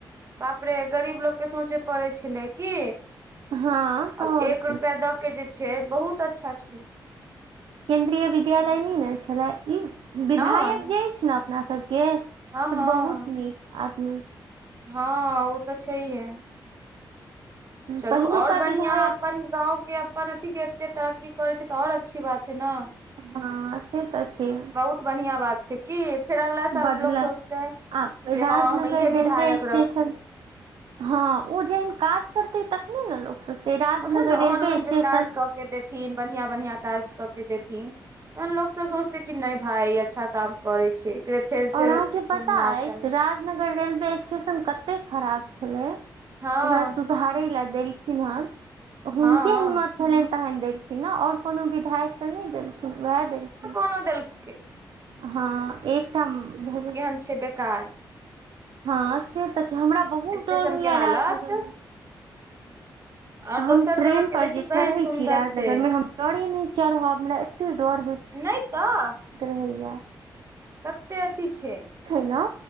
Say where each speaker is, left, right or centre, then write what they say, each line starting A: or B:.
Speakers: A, on the right; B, on the right.
A: बाप रे गरीब लोके सोचे पड़ै छलै की
B: हँ तऽ
A: आ
B: आओर
A: एक
B: की
A: रुपआ दऽ के जे छै बहुत अच्छा छै
B: केन्द्रीय विद्यालय नहि ने छलै ई विधायक
A: नहि
B: जे अछि ने अपना सभ केँ से
A: हँ हँ
B: बहुत नीक आदमी
A: हँ ओ तऽ छैहे चलू
B: पहिलुका
A: ओर बढ़िआं
B: विधायक
A: अपन गाँंव के अपन अथी के एते तरकी करै छै तऽ ओर अच्छी बात है ने
B: हँ से तऽ छै
A: बहुत बढ़िया बात छै की फेर अगला
B: बदलल
A: साल लोक सोचते
B: आ राजनगर
A: जे हँ हम इहे
B: रेलवे
A: विधायक
B: स्टेशन
A: रहब
B: हँ ओ जेहन काज करतै तखने ने लोक सोच राजनगर
A: ओहन ओहन
B: रेलवे
A: ओहन जे
B: स्टेशन
A: काज कऽ के देथिन बढ़िआं बढ़िआँ काज कऽ के देथिन तहन लोक सब सोचते कि नहि भाय अच्छा काम करै छै एके फेर
B: और
A: से
B: अहाँके
A: सुनना
B: पता
A: चाही
B: अछि राजनगर रेलवे स्टेशन कते खराब छले
A: हँ
B: ओकर सुधारे लए देलखिन हन हुनके
A: हँ
B: हिम्मत भेलिन तहन देलखिन नेँ ओर कोनो विधायक तऽ नहि देलखिन ओएह देलखिन
A: ओ देलके
B: हँ एकटा भेल
A: तहन छै बेकार <unintelligible>
B: हँ से तऽ छै हमरा बहुत
A: स्टेशन
B: डौर होइया
A: के हालत
B: राजनगर मे
A: और
B: हम
A: दोसर
B: ट्रेन
A: जगह के
B: पर
A: देखियौ
B: जे चढै
A: केहन सुन्दर
B: छी राजनगर
A: छै
B: मे हम डोरे नहि चढ़ब हमरा एतेक डोर होइय
A: नहि तऽ
B: क होइआ <unintelligible>
A: कतेक अथी छै
B: ने